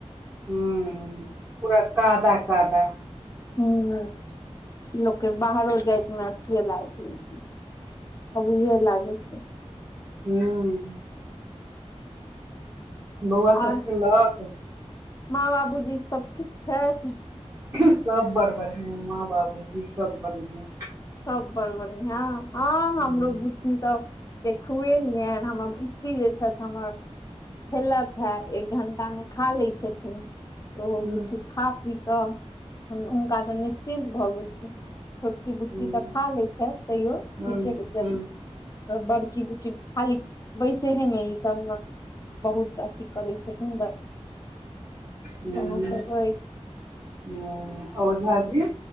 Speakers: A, on the right; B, on the left.
A: हुँ पूरा कादा कादा
B: हम नय लोकके बाहरो जाइके न अथिये लागैत रहै छै।। अबूहे लागै छै।
A: हुँ
B: <inaudible>
A: बौआ सब
B: आर
A: खेलक?
B: माँ - बाबूजी सब ठीक छथि?
A: सब बड़ बढ़ियाँ माँ - बाबूजी सब बढ़ियाँ।
B: सब बड़ बढियाँ। हँ
A: हूँ
B: हमरो बु ई सब के खुयेलियनि हमर बच्ची जे छथि हमर खेलत है। एक घण्टा मे खा लै छथिन। ओहो
A: हूँ
B: बुच्ची खा पी केऽ हुनका से निश्चिन्त भए गेल छी। छोटकी
A: हूँ
B: की तऽ खा ले छथि तैयो ठीके
A: हूँ
B: जम बड़की बुच्ची खाली बैसे हे मे ई सब बहुत अथी करै छथिन सएह
A: हुँ
B: सब अछि
A: ओ आ ओझाजी?